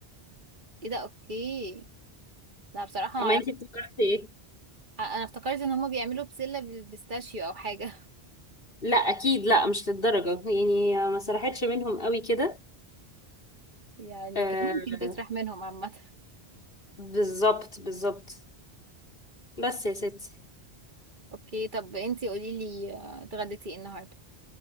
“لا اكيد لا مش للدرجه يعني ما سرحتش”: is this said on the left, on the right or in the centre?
Left